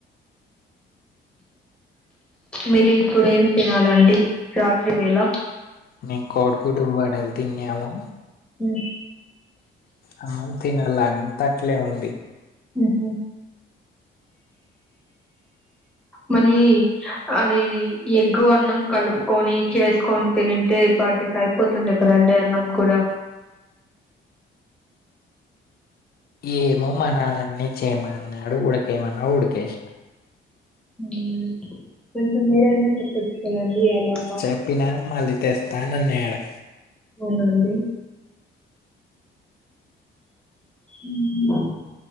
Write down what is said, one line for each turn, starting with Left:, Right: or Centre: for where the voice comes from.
Centre: మీరు ఇప్పుడు ఏం తినాలండి రాత్రి వేళ
Left: నేను కోడ్ గుడ్డూ వడల్ తిన్యాము
Centre: ఉమ్
Left: అన్నం తినల్ల అంతట్లే ఉంది
Centre: ఉహు మళ్ళీ అద ఎది ఎగ్గు అన్నం కలుపుకొని చేస్కొని తినిన్టె ఈ పాటికై పోతుండే కదా అండి అన్నం కూడా
Left: ఏమో మనానన్నీ చేయ్మన్నాడు ఉడకైమన్నాడు ఉడుకేష్నా
Centre: ఉమ్ కొంచం మీరేనా చెప్పచుకదండీ అలా
Left: చెప్పినా మళ్ళీ తెస్తా నాన్నడు
Centre: అవునండి హామ్